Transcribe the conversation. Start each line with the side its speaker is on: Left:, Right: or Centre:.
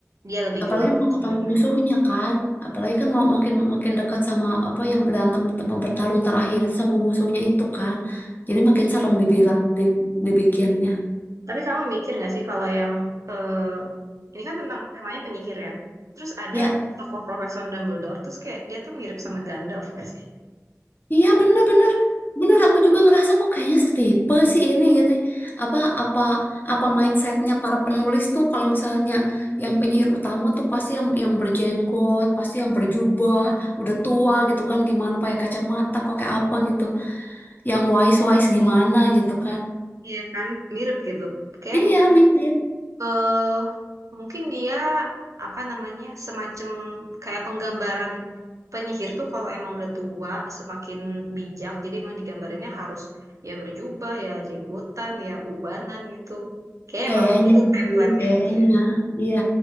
Right: dia lebih
Left: apalagi
Right: gelap
Left: mau
Right: cenderung.
Left: ketemu musuhnya kan. Apalagi kan mau makin makin dekat sama apa yang berantem mau bertarung terakhir sama musuhnya itu kan. Jadi makin serem dibilang di- dibikinnya.
Right: Tapi kamu mikir nggak sih kalau yang eh, ini kan tentang temanya penyihir ya. Terus ada
Left: Ya,
Right: tokoh Profesor Dumbledore, terus kayak dia tuh mirip sama Gandalf nggak sih?
Left: Iya bener-bener bener aku juga ngerasa kok kayaknya setipe sih ini gitu apa apa apa mindsetnya para penulis tuh kalau misalnya yang penyihir utama tuh pasti yang yang berjenggot pasti yang berjubah udah tua gitu kan gimana pakai kacamata pakai apa gitu yang wise wise gimana gitu kan
Right: Iya kan, mirip gitu. Kayak
Left: iya
Right: mungkin
Left: mirip
Right: eh mungkin dia apa namanya semacam kayak penggambaran penyihir tuh kalau emang udah tua semakin bijak. Jadi emang digambarinnya harus ya berjubah, ya jenggotan, ya ubanan gitu. Kayak
Left: kayaknya
Right: emang itu template-nya
Left: sih kayaknya
Right: gitu ya.
Left: iya